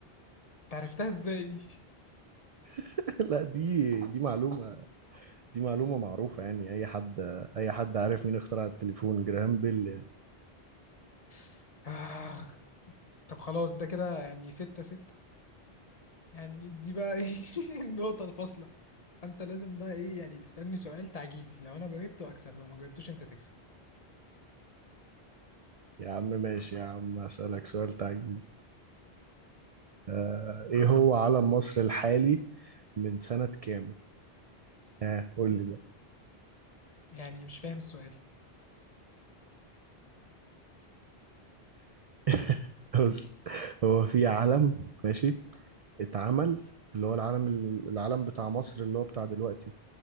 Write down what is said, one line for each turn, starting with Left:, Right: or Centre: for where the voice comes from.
Left: تعرفتها ازاي دي؟
Right: <laughs> لا دي دي معلومه دي معلومه معروفه يعني اي حد اي حد عارف مين اخترع التليفون جراهام بيل يعني.
Left: <laughs> آه... طب خلاص ده كده يعني ستة ستة يعني دي بقى ايه <laughs> النقطة الفاصلة انت لازم بقى ايه يعني تسألني سؤال تعجيزي لو انا جاوبته اكسب لو ما جاوبتوش انت تكسب
Right: يا عم ماشي يا عم اسالك سؤال تعجيزي آه، ايه هو علم مصر الحالي من سنة كام؟ ها قول لي بقى
Left: يعني مش فاهم السؤال
Right: <laughs> بص هو في علم ماشي اتعمل اللي هو العلم العلم بتاع مصر اللي هو بتاع دلوقتي